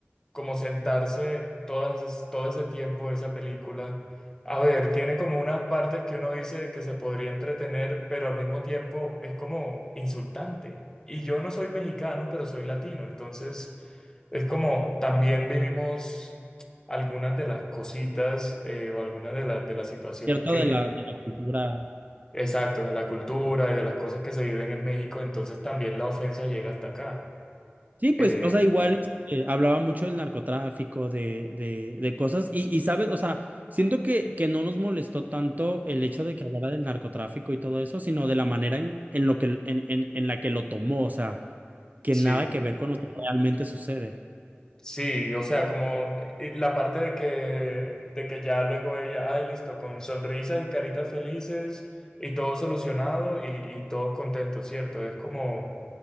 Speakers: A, on the left; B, on the right.
A: como sentarse todas, es- todo ese tiempo de esa película. A ver, tiene como unas partes que uno dice que se podría entretener, pero al mismo tiempo es como insultante. Y yo no soy mexicano, pero soy latino, entonces es como también vivimos algunas de las cositas eh, o algunas de las, de las situaciones
B: Cierto
A: que,
B: de la, de la cultura.
A: exacto, de la cultura y de las cosas que se viven en México, entonces también la ofensa llega hasta acá.
B: Sí, pues,
A: Eh,
B: o sea, igual eh, hablaba mucho del narcotráfico, de, de, de cosas, y, y sabes, o sea, siento que, que no nos molestó tanto el hecho de que hablara del narcotráfico y todo eso, sino de la manera en, en lo que en, en, en la que lo tomó, o sea, que
A: sí.
B: nada que ver con lo que realmente sucede.
A: Sí, o sea, como eh, la parte de que, de que ya luego ella, ay, listo, con sonrisas y caritas felices y todo solucionado y, y todo contento, ¿cierto? Es como,